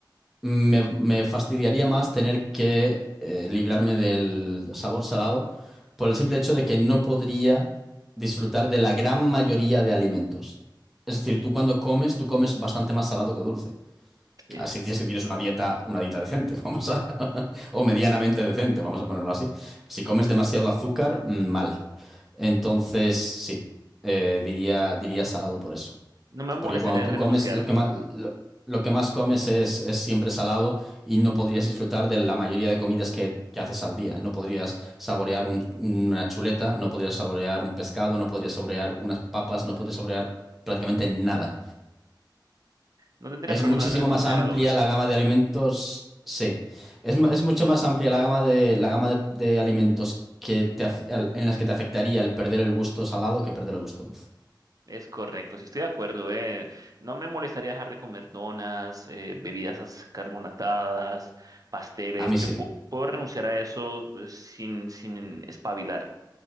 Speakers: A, in the centre; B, on the right.
A: Me, me fastidiaría más tener que eh, librarme del sabor salado por el simple hecho de que no podría disfrutar de la gran mayoría de alimentos. Es decir, tú cuando comes, tú comes bastante más salado que dulce.
B: Sí.
A: Así tienes que tienes una dieta, una dieta decente, <laughs> vamos a, o medianamente decente, vamos a ponerlo así. Si comes demasiado azúcar, mm, mal. Entonces, sí, eh, diría, diría salado por eso.
B: No me molestaría
A: Porque cuando tú
B: renunciar.
A: comes, lo que más, lo, lo que más comes es, es siempre salado y no podrías disfrutar de la mayoría de comidas que, que haces al día. No podrías saborear un- una chuleta, no podrías saborear un pescado, no podrías saborear unas papas, no podrías saborear prácticamente nada.
B: No tendría
A: Es
B: problema
A: muchísimo
B: en renunciar
A: más amplia
B: a lo dulce.
A: la gama de alimentos, sí. Es, mu- es mucho más amplia la gama de, la gama de, de alimentos que te af- el- en las que te afectaría el perder el gusto salado que perder el gusto dulce.
B: Es correcto, sí estoy de acuerdo, eh. No me molestaría dejar de comer donas, eh, bebidas as- carbonatadas, pasteles.
A: A mí
B: Yo
A: sí,
B: pu- puedo renunciar a eso eh, sin, sin espabilar.